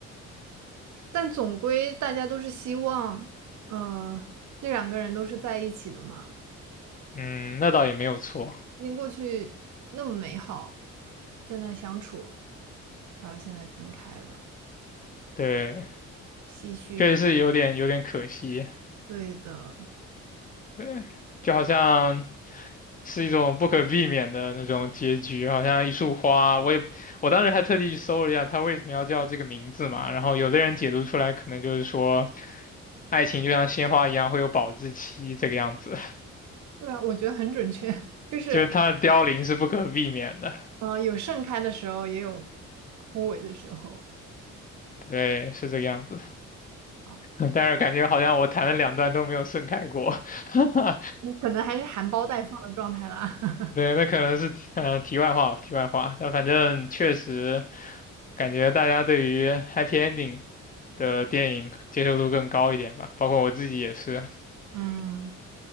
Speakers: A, on the right (about 70°); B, on the left (about 30°).
A: <laughs> 但总归大家都是希望，呃，那两个人都是在一起的嘛，
B: 嗯，那倒也没有错。
A: 因过去那么美好，在那相处，然后现在分开了，
B: 对，
A: 唏嘘。
B: 确实是有点有点可惜。
A: 对的。
B: 对，就好像是一种不可避免的那种结局，好像一束花，我也我当时还特地去搜了一下，它为什么要叫这个名字嘛，然后有的人解读出来可能就是说，爱情就像鲜花一样会有保质期这个样子，
A: 对啊，我觉得很准确，<laughs> 就是
B: 就是它的凋零是不可避免的，
A: 嗯、呃有盛开的时候，也有枯萎的时候。
B: 对，是这个样子，
A: 好，
B: <laughs> 但是感觉好像我谈了两段都没有盛开过，<laughs>
A: 你可能还是含苞待放的状态啦。<laughs>
B: 对，那可能是呃题外话吧，题外话。但反正确实感觉大家对于 happy ending 的电影接受度更高一点吧，包括我自己也是。
A: 嗯，